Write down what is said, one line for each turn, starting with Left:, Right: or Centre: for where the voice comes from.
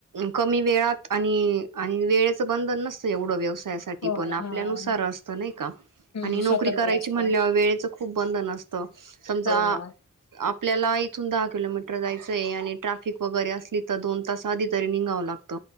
Right: कमी वेळात आणि आणि वेळेच बंधन नसतय एवढं व्यव साठी
Left: हो
Right: पण
Left: ना.
Right: आप आपल्यानुसार
Left: हां.
Right: असतं नई का?
Left: हं,
Right: आणि नोकरी
Left: स्वातंत्र्य
Right: करायची
Left: असते.
Right: म्हणल्यावर वेळचं बंधन समजा
Left: हो ना,
Right: आप आपल्याला इथून दहा किलोमीटर जायचंय, आणि ट्रॅफिक वगैरे असली तर दोन तास आधी तर निंघाव लागत.